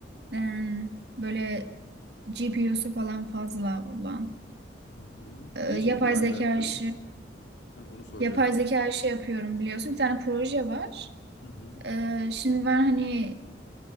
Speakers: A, on the right; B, on the left.
A: e, böyle GPU'su falan fazla olan
B: Hı hı.
A: e,
B: Ne için
A: yapay
B: kullanacaktın?
A: zeka işi
B: Ha, onu soracaktım.
A: yapay zeka işi yapıyorum biliyorsun. Bir tane proje var.
B: Hı hı.
A: Ee, şimdi ben hani